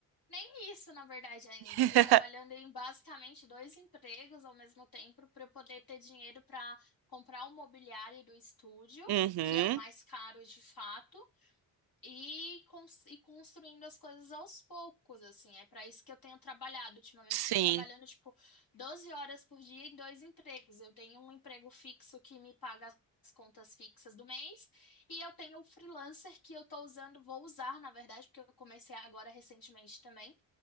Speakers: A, on the left (about 50°); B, on the right (about 55°).
A: Nem isso, na verdade, ainda.
B: <laughs>
A: Eu tô trabalhando em basicamente dois empregos ao mesmo tempo para eu poder ter dinheiro para comprar o mobiliário do estúdio,
B: Uhum.
A: que é o mais caro de fato, e, cons- e construindo as coisas aos poucos, assim. É para isso que eu tenho trabalhado ultimamente.
B: Sim,
A: Estou trabalhando, tipo, 12 horas por dia em dois empregos. Eu tenho um emprego fixo que me paga as contas fixas do mês. E eu tenho o freelancer que eu tô usando, vou usar, na verdade, porque eu comecei agora recentemente também,